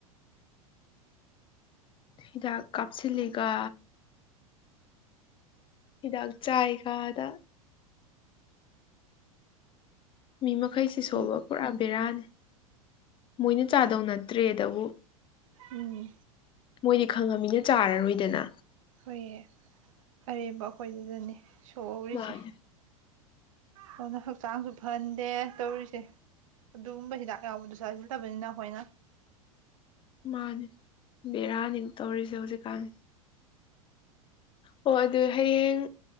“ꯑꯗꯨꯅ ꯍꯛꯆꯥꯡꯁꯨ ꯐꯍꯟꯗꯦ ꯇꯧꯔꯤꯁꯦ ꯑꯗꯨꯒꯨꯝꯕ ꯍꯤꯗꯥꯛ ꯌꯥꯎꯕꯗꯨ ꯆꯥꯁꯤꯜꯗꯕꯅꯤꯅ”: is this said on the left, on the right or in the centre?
Right